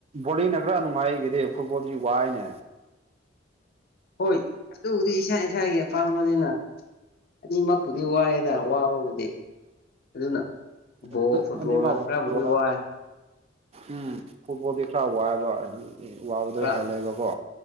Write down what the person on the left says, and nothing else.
ꯍꯣꯏ ꯑꯗꯨꯕꯨꯗꯤ ꯏꯁꯥ ꯏꯁꯥꯒꯤ ꯑꯄꯥꯝꯕꯅꯤꯅ ꯑꯅꯤꯃꯛꯄꯨꯗꯤ ꯋꯥꯏꯑꯦꯗ ꯋꯥꯕꯕꯨꯗꯤ ꯑꯗꯨꯅ ꯕꯣ
ꯐꯨꯠꯕꯣꯜ
ꯅ ꯈꯔ꯭ꯕꯨꯗꯤ ꯋꯥꯏ
ꯈꯔ